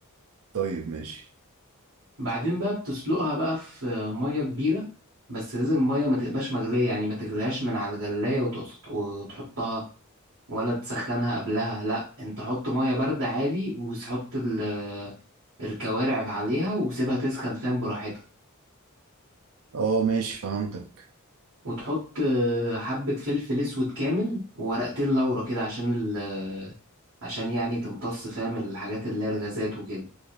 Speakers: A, on the right; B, on the right.
A: طيب ماشي
B: بعدين بقى بتسلقها بقى في مية كبيرة بس لازم المية ما تبقاش مغلية يعني ما تغليهاش من على الغلاية وتقص- وتحطها ولا تسخنها قبلها لا انت حط مية باردة عادي وتحط ال- الكوارع عليها وسيبها تسخن فاهم براحتها
A: اه ماشي فهمتك
B: وتحط آه، حبة فلفل اسود كامل وورقتين لورا كده عشان ال عشان يعني تمتص فاهم الحاجات اللي هي الغازات وكده